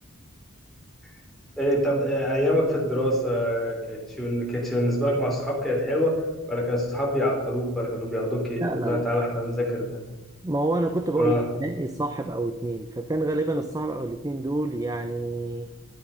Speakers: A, in the centre; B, on the right.
A: <laughs> إيه طب آه، ايامك في الدراسة آه، كانتش بن- كانتش بالنسبة لك مع الصحاب كانت حلوة ولا كان الصحاب بيعطلوك ولا كانوا بياخدوك ي-
B: لا لا
A: لا
B: لا
A: تعالى احنا هنذاكر ده
B: ما هو انا كنت بقول
A: اه
B: لك انقي صاحب او اتنين فكان غالبا الصاحب او الاتنين دول يعني